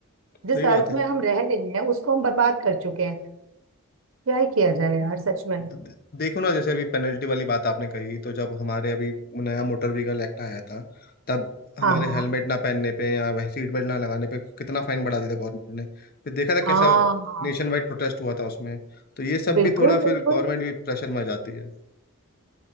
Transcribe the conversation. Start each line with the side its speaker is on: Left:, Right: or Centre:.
Right: जिस
Left: सही बात
Right: अर्थ
Left: है
Right: में हम रह रहे हैं उसको हम बर्बाद कर चुके हैं क्या ही किया जाए यार सच में
Left: द- देखो ना जैसे अभी पेनल्टी वाली बात आपने कही तो जब हमारे अभी नया मोटर व्हीकल एक्ट आया था तब हमारे
Right: हाँ हाँ
Left: हेलमेट ना पहनने पे या वह सीट बेल्ट ना लगाने पे कितना फाइन बढ़ा दिया था गवर्नमेंट ने फिर देखा था
Right: हाँ
Left: कैसा नेशन वाइड प्रोटेस्ट हुआ था उसमें तो ये सब
Right: बिल्कुल
Left: भी थोड़ा
Right: बिल्कुल
Left: फिर गवर्नमेंट भी प्रेशर में आ जाती है